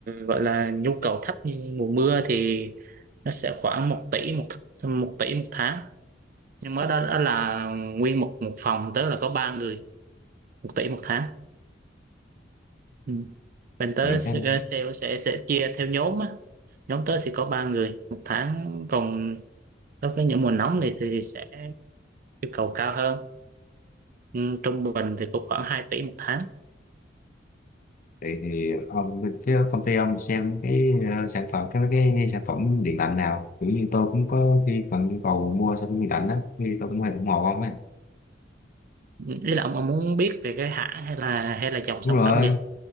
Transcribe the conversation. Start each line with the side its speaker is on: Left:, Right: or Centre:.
Right: gọi là nhu cầu thấp như mùa mưa thì nó sẽ khoảng một tỷ một một tỷ một tháng nhưng mà đó, đó là nguyên một một phòng tức là có ba người một tỷ một tháng ừ. bên tớ
Left: Những
Right: sẽ
Left: tháng
Right: sẽ sẽ, sẽ chia theo nhóm á nhóm tớ thì có ba người một tháng còn đối với những mùa nóng này thì sẽ yêu cầu cao hơn ừ. trung bình thì cũng khoảng hai tỷ một tháng
Left: vậy thì ông bên phía công ty ông xem cái ờ, sản phẩm cái cái sản phẩm điện lạnh nào. Kiểu như tôi cũng có khi cần nhu cầu mua sản phẩm điện lạnh đó, khi tôi cũng hay ủng hộ ông ấy.
Right: Ừ, ý là ông, ông muốn biết về cái hãng hay là hay là dòng
Left: Đúng
Right: sản
Left: rồi,
Right: phẩm gì